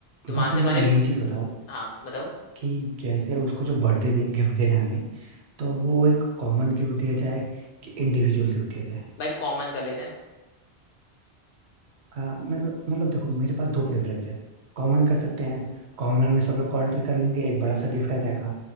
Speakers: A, on the left; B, on the right.
A: तो वहां
B: बस
A: से
B: मुझे
A: हमारे
B: अब मेन चीज बताओ
A: हाँ बताओ
B: कि जैसे उसको जो बर्थडे गिफ्ट देना है हमें तो वो एक कॉमन गिफ्ट दिया जाए कि इंडिविजुअल गिफ्ट दिया जाए
A: भाई कॉमन कर लेते हैं
B: हाँ मैं मतलब देखो मेरे पास दो प्रेफरेंस है कॉमन कर सकते हैं कॉमन में सब लोग कंट्री कर लेंगे एक बड़ा सा गिफ्ट आ जाएगा